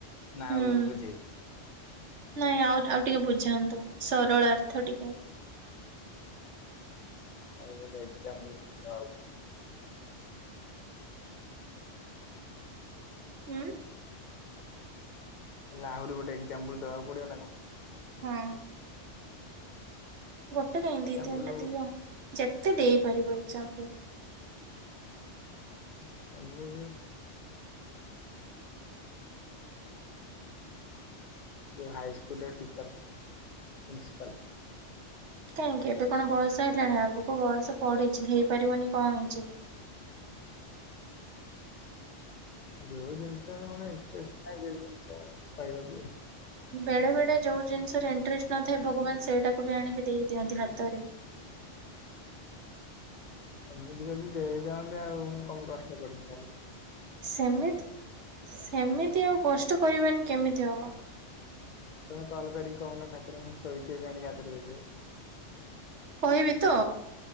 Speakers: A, on the left; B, on the right.
A: ନା
B: ହୁଁ
A: ଆଉ ବୁଝେଇ
B: ନାଇଁ ଆଉ ଆଉ ଟିକେ ବୁଝାନ୍ତୁ ସରଳ ଅର୍ଥ ଟିକେଯ
A: ଆଉ ଗୋଟେ ଏକ୍ଜାମ୍ ଆଉ।
B: ହୁଁ।
A: ହେଲେ ଆହୁରି ଗୋଟେ ଏକ୍ଜାମ୍ପଲ ଦେବାକୁ ପଡିବ ନା କଣ?
B: ହଁ। ଗୋଟେ କାହିଁ
A: ଏକ୍ଜାମ୍ପଲ
B: ଦି ତିନିଟା ଥିବ ଯେତେ ଦେଇପାରିବ ଏଇମ୍ପଲ
A: <inaudible> <unintelligible> ଯେଉ ହାଇ ସ୍କୁୁଲରେ ଟିଚର ପ୍ରିସିପଲ
B: କାହିଁକି ଏବେ କଣ ବୟସ ହେଲାଣି ଆଗକୁ ବୟସ ପଢିଛି ହେଇପାରିବନି କଣ ହେଇଛିି?
A: ଯୋଉ ଜିନିଷ ମୋର ଇଣ୍ଟ୍ରଷ୍ଟ ନାହି ସେ ଜିନିଷ କହକୁ
B: ବେଳେ ବେଳେ ଯୋଉ ଜିନିଷରେ ଇଣ୍ଟରେଷ୍ଟ ନଥାଏ, ଭଗବାନ ସେଇଟାକୁ ବି ଆଣିକି ଦେଇଦିଅନ୍ତି ହାତ ତରେ
A: ଏମିତି ଯଦି ଦେଇଦାଅନ୍ତେ, ଆଉ ମୁଁ କମ କଷ୍ଟ କରୁଛି ଖଲେ
B: ସେମ ସେମିତି ଆଉ କଷ୍ଟ କରିବନି କେମିତି ହବ?
A: ତମେ କଲ୍ କରିକି କହୁନ ଠାକୁର ମୁଁ ଶୋଇଛି ଏବେ ଆଣିକି ହାତରେ ଦେଇଦେଏ
B: କହିବି ତ